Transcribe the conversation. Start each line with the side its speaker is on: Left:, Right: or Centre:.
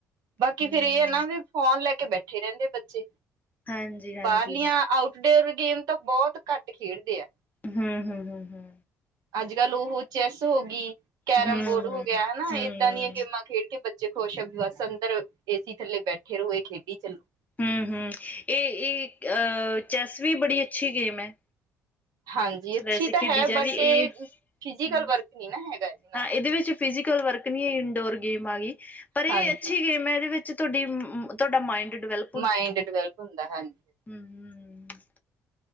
Right: ਬਾਕੀ
Left: ਹਮ
Right: ਫੇਰ ਇਹ ਐ ਨਾਂ ਵੀ ਫੋਨ ਲੈ ਕੇ ਬੈਠੇ ਰਹਿੰਦੇ ਬੱਚੇ
Left: ਹਾਂਜੀ ਹਾਂਜੀ
Right: ਬਾਹਰਲੀਆਂ, ਆਊਟਡੋਰ ਗੇਮ ਤਾਂ ਬਹੁਤ ਘੱਟ ਖੇਡਦੇ ਆ।
Left: ਹਂ, ਹਂ, ਹਂ, ਹਂ
Right: ਅੱਜ-ਕੱਲ੍ਹ ਉਹ ਚੈਸ ਹੋ ਗਈ, ਕੈਰਮ
Left: ਹਮ
Right: ਬੋਰਡ ਹੋ ਗਿਆ ਹਨਾਂ।
Left: ਹਮ
Right: ਏਦਾਂ ਦੀਆਂ ਗੇਮਾਂ ਖੇਡ ਕਿ ਬੱਚੇ ਖੁਸ਼ ਐ ਬਸ ਅੰਦਰ ਏਸੀ ਥੱਲੇ ਬੈਠੇ ਰੋਹੇ ਖੇਡੀ ਚੱਲੋ।
Left: ਹਂ, ਹਂ ਇਹ ਚੈੱਸ ਵੀ ਬੜੀ ਅੱਛੀ ਗੇਮ ਐ।
Right: ਹਾਂਜੀ ਅੱਛੀ
Left: ਵੈਸੇ
Right: ਤਾਂ
Left: ਖੇਡੀ
Right: ਹੈ
Left: ਜਾ
Right: ਬਟ
Left: ਵੀ ਇਹ
Right: ਫਿਜੀਕਲ
Left: ਹਂ,
Right: ਵਰਕ ਨੀ ਨਾ ਹੈਗਾ ਨਾਲ
Left: ਹਾਂ ਇਹਦੇ ਵਿੱਚ ਫਿਜ਼ਕਲ ਵਰਕ ਨਈਂ ਏ, ਇਨਡੋਰ ਗੇਮ ਆ ਗਈ, ਪਰ ਇਹ
Right: ਹਾਂਜੀ
Left: ਅੱਛੀ ਗੇਮ ਐ ਇਹਦੇ ਵਿੱਚ ਤੁਹਾਡੀ ਮਮ ਤੁਹਾਡਾ ਮਾਈੰਡ ਡਿਵੈਲਪ
Right: ਮਾਇੰਡ ਡਿਵੈਲਪ ਹੁੰਦਾ ਹਾਂਜੀ।
Left: ਹਂ, ਹਂ, ਹਂ